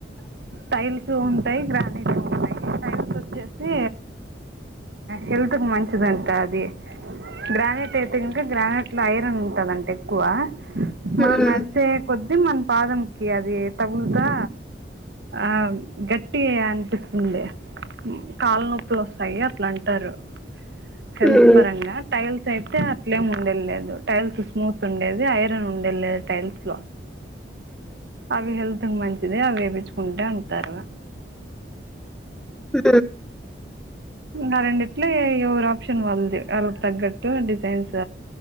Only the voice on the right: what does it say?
టైల్స్ ఉంటాయి గ్రానైట్ ఉంటాయి టైల్స్ వచ్చేసి హెల్త్ కి మంచిదంట అది గ్రనేట్ అయితే గ్రానేట్ లో ఐరన్ ఉంటది అంట ఎక్కువ
మా మరిది కొద్ది దిమ్ మన పాదం కి అది తగులుతా ఆ గట్టి అంటుకుంది కాళ్ళ నొప్పులు వస్తాయి అట్లా అంటారు హెల్త్
పారంగా టైల్స్ అయితే లేమ్ ఉండే లేదు టైల్స్ స్మూత్ ఉండేది ఐరన్ ఉండే లేదు టైల్స్ లో అవి హెల్త్ అంతకు మంచిదే అవి వేపిచ్చుకుంటా అంటారు
ఆ రెండిట్లే ఎవరు ఆప్షన్ వాలదు వాళ్ళకి తగ్గట్టు డిజైన్స్